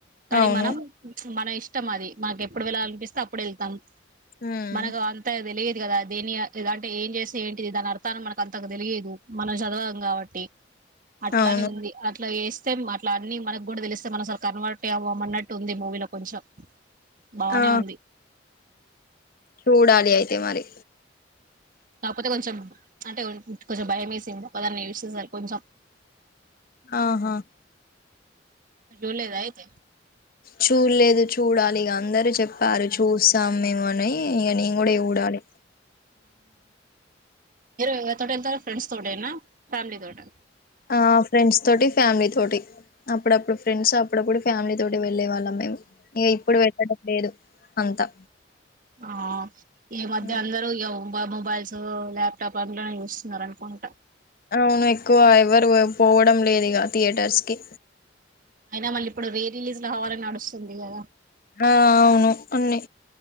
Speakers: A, on the right (about 50°); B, on the left (about 50°).
A: కానీ
B: అవును
A: మనం మన ఇష్టం అది మనకి ఎప్పుడు వెళ్ళాల అనిపిస్తే అప్పుడు వెళ్తాం
B: ఉమ్.
A: మనకు అంతా తెలియ కదా దేని లేదంటే ఏం చేస్తే ఏంటిది దాని అర్థం మనకు అంతకు తెలియదు మనం చదవం కాబట్టి అట్లానే
B: అవును
A: ఉంది అట్లా వ అట్లా అన్ని మనకు కూడా తెలిస్తే మనం అసలు కన్వర్ట్ అవ్వమ అన్నట్టు ఉంది మూవీలో కొంచెం బానే
B: ఆ
A: ఉంది
B: చూడాలి అయితే మరి
A: కాకపోతే కొంచెం అంటే కొంచెం భయం వేసిందిపోదాన్ని సేసారు కొంచెం
B: ఆహా
A: మీరు చూడలేదా అయితే
B: చూడలేదు చూడాలి ఇక అందరుూ చెప్పారు చూస్తాం మేము అని ఈ ఇగ నెంగూడేవుడాలి
A: మీరు ఎవరి తోటి వెళ్తారు ఫ్రెండ్స్ తోటేనా ఫ్యామిలీ తోటా?
B: ఆ ఫ్రెండ్స్ తోటి ఫ్యామిలీ తోటి. అప్పుడప్పుడు ఫ్రెండ్స్ అప్పుడప్పుడు ఫ్యామిలీ తోటి వెళ్లేే వాళ్ళం మేము. ఇగ ఇప్పుడు వెళ్ళడం లేదు అంతా
A: ఆ ఈ మధ్య
B: హ్మ్
A: అందరు ఇగ ఊ గ మొబైల్స్ ల్యాప్టాప్ అందులోనే చూస్తున్నారు అనుకుంట.
B: అవును ఎక్కువ ఎవరు వ పోవడం లేదుగా థియేటర్స్ కి.
A: అయినా మళ్ళీ ఇప్పుడు రీ రిలీజ్ లో అవ్వాలని నడుస్తుంది గదా.
B: ఆ అవును అన్ని